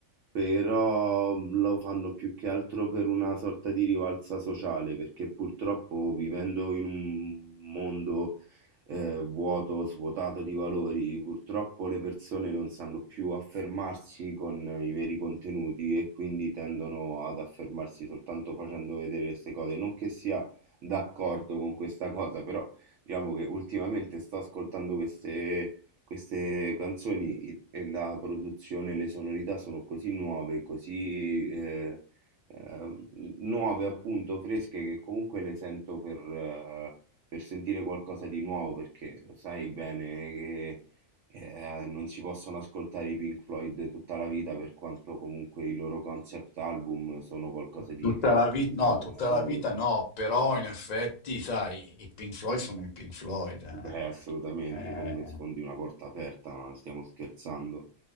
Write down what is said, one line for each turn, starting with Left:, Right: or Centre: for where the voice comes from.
Right: però mm, lo fanno più che altro per una sorta di rivalsa sociale, perché purtroppo vivendo in un mondo eh, vuoto, svuotato di valori. Purtroppo le persone non sanno più affermarsi con i veri contenuti e quindi tendono ad affermarsi soltanto facendo vedere queste cose. Non che sia d'accordo con questa cosa, però diciamo che ultimamente sto ascoltando queste queste canzoni e la produzione e le sonorità sono così nuove, così eh, eh, nuove appunto, fresche, che comunque le sento per, eh, per sentire qualcosa di nuovo, perché lo sai bene che eh, non si possono ascoltare i Pink Floyd tutta la vita, per quanto comunque i loro concept album sono qualcosa di
Left: Tutta
Right: ripetibile
Left: la vita, no,
Right: nella
Left: tutta
Right: storia.
Left: la vita no, però in effetti, sai, i Pink Floyd sono i Pink Floyd. eh.
Right: Beh, assolutamente,
Left: Eh.
Right: come sfondi una porta aperta, ma stiamo scherzando.